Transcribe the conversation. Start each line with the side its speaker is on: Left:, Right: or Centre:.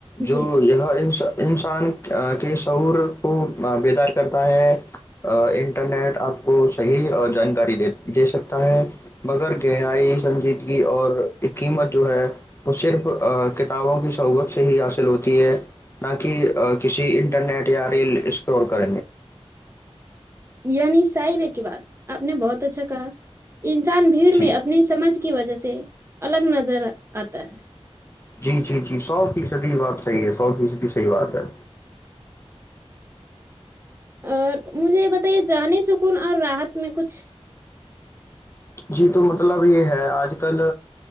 Left: جو
Right: جی
Left: یہاں اسا انسان کے تعور کو بیدار کرتا ہے انٹرنیٹ آپ کو صحیح جانکاری د دے سکتا ہے مگر گہرائی سنجیدگی اور قیمت جو ہے وہ صرف کتابوں کی صوبت سے ہی حاصل ہوتی ہے نہ کہ کسی انٹر نٹ یاار اسور کر
Right: یعنی صاحب ہے کی بات آپ نے بہت اچھا کہا انسان بھیڑ
Left: جی
Right: میں اپنی سمجھ کی وجہ سے الگ نظر آتا ہے
Left: جی جی جی سو فیصدی بات صحی ہے س کی صحیح بات ہے
Right: اور مجھے یہ بتائیے جذہنی سکون اور راحت میں کچھ
Left: جی تو مطلب یہ ہے آج کل